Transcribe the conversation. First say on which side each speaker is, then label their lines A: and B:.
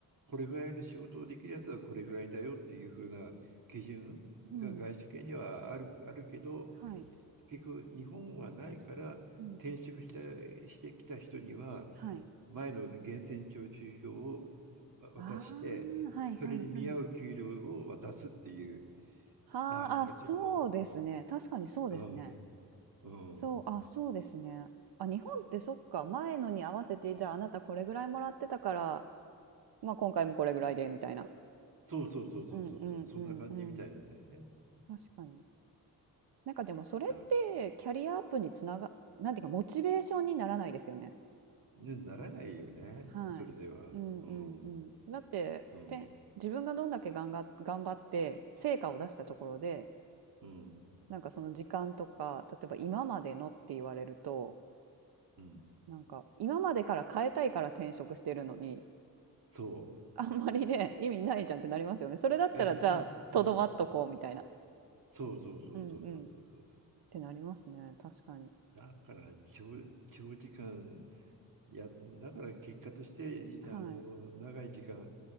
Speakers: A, on the right (about 55°); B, on the right (about 80°).
A: これぐらいの仕事をできるやつはこれぐらいだよっていうふうな基準が外資系にはある、
B: うん。
A: あるけど、
B: はい。
A: 結局日本はないから転職した
B: うんうん。
A: してきた人には
B: はい。
A: 前の源泉徴収票を渡してそれに見合う給料を渡すっていう
B: ああ、はいはいはい。はあ、
A: なんかちょっと、
B: あ、そうですね。確かにそうですね。
A: うんうん、
B: そう、あ、そうですね。あ、日本ってそっか、前のに合わせて、じゃああなたこれぐらいもらってたから、まあ今回もこれぐらいで、みたいな。
A: そうそうそうそうそうそうそんな感じみたいなんだよね。
B: うんうんうんうん。確かに。なんかでもそれってキャリアアップにつなが、
A: だ
B: なんていうかモチベーションにならないですよね。
A: ねならないよねそれでは。
B: はい。うんうんう
A: うん
B: ん。だって、
A: うん
B: て、自分がどんだけ頑張頑張って成果を出したところで、
A: うん
B: なんかその時間とか、例えば今までのって言われると、
A: うん
B: なんか今までから変えたいから転職してるのに、
A: そ
B: あんまりね、意味ないじゃんってなりますよね。それだったらじゃあ、
A: う。いや意味、
B: とどまっとこうみたいな。
A: うん、そうそうそうそうそうそうそう。
B: うんうん。ってなりますね。確かに。
A: だから長、長時間、いや、だから結果として、
B: はい。
A: あの、長い時間、